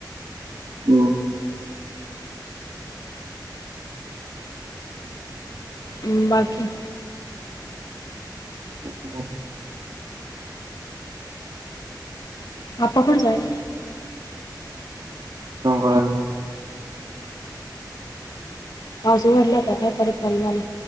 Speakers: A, on the right (about 70°); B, on the left (about 60°).
A: हम्म
B: हं बाकी
A: <inaudible>
B: आप्पा कोण जायल
A: <inaudible>
B: पाऊस वाढलाय आता काय परत चालू झाला